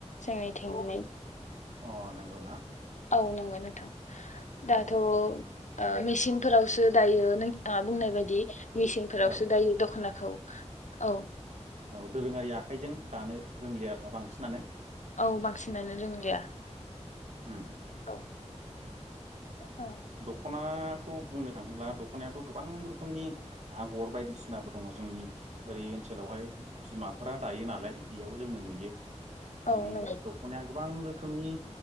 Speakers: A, on the left; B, on the right.
A: जोंनिथिं नाय।
B: अ नोंगौना?
A: औ नंगौ नोंथां दाथ
B: औ
A: ओ मेसिनफोरावसो दायो नोंथाङा बुंनाय बायदि। मेसिनफोरावसो
B: औ
A: दायो दखनाखौ औ।
B: औ दोरोङारि आखाइजों दानो रोंलि आरोना बांसिनानो।
A: औ बांसिनानो रोंलिया
B: उम
A: औ। औ
B: दखना दखनाखौ बुंनो थाङोब्ला दखनायाथ गोबां रोखोमनि आगर बायदिसिनाबो दङ जोंनि ओरै ओनसोलावहाय बिमाफोरा दायो नालाय बेयाव जोङो नुयो।
A: औ
B: मानि
A: नंगौ
B: दखनाया गोबां रोखोमनि